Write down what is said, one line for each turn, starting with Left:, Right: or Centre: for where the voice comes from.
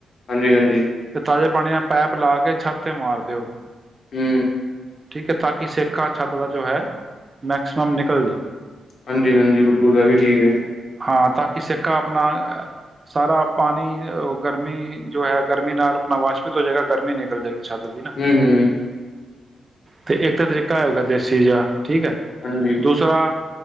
Left: ਹਾਂਜੀ ਹਾਂਜੀ,
Right: ਤੇ ਤਾਜ਼ੇ ਪਾਣੀ ਦਾ ਪੈਪ ਲਾ ਕੇ, ਛੱਤ ਤੇ ਮਾਰ ਦਿਓ।
Left: ਹੂੰ,
Right: ਠੀਕ ਹੈ ਤਾਂਕ ਸਿੱਕਾ ਛਾਤ ਦਾ ਜੋ ਹੈ। ਮੈਕਸੀਮਮ ਨਿਕਲ ਜੇ
Left: ਹਾਂਜੀ ਹਾਂਜੀ, ਬਿਲਕੁ ਦਾ ਵੀ ਠੀਕ ਹੈ।
Right: ਹਾਂ, ਤਾਂ ਕਿ ਸਿੱਕਾ ਆਪਣਾ ਸਾਰਾ ਪਾਣੀ ਗਰਮੀ ਜੋ ਹੈ। ਗਰਮੀ ਨਾਲ ਆਪਣਾ ਵਾਸ਼ਪਿਤ ਹੋ ਜਾਏਗਾ, ਗਰਮੀ ਨਿਕਲ ਜਾਏਗੀ ਛੱਤ ਦੀ ਨਾ
Left: ਹੂੰ-ਹੂੰ।
Right: ਤੇ ਇੱਕ ਤਾਂ ਤਰੀਕਾ ਹੈ ਦੇਸ਼, ਸੀਜਾ, ਠੀਕ ਹੈ
Left: ਹਾਂਜੀ,
Right: ਦੂਸਰਾ,